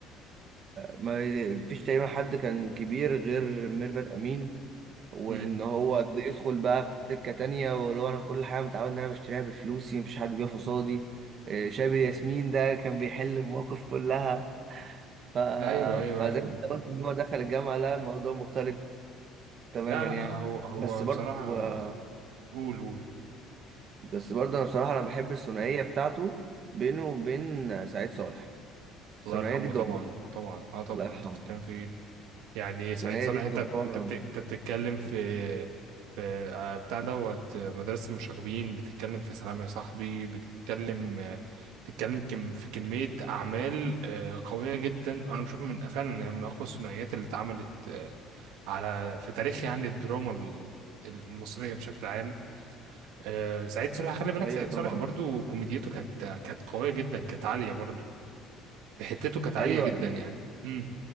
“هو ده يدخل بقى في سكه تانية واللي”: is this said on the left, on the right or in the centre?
Right